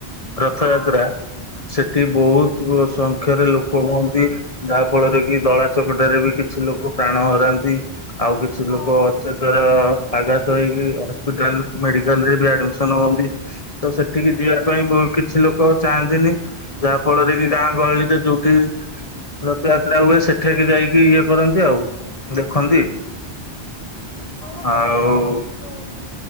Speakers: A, on the left; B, on the right.
A: ରଥ
B: ହଁ
A: ଯାତ୍ରା ସେଠି ବହୁତ <unintelligible> କ୍ଷରେ ଲୋକ ହୁଅନ୍ତି। ଯାହା ଫଳରେ କି ଦଳା ଚକଟାରେ ବି କିଛି ଲୋକ ପ୍ରାଣ ହରାନ୍ତି। ଆଉ କିଛି
B: ହଁ
A: ଲୋକ ଅଚେତରେ ଆଘାତ ହେଇକି ହସ୍ପିଟାଲ ମେଡିକାଲ ରେ ବି ଆଡମିସନ ହୁଅନ୍ତି। ତ ସେଠିକି ଯିବା ପାଇଁ ବହୁତ କିଛି ଲୋକ ଚାହାନ୍ତିନି। ଯାହା ଫଳରେ କି ଗାଁ ଗହଳିରେ ଯୋଉଠି ରଥଯାତ୍ରା ହୁଏ ସେଠାରେ ଯାଇକି ଇଏ କରନ୍ତି ଆଉ ଦେଖନ୍ତି।
B: ମୁଁ ଗୋଟେ
A: ଆଉ
B: ବର୍ଷ ଯାଇଥିଲୁ।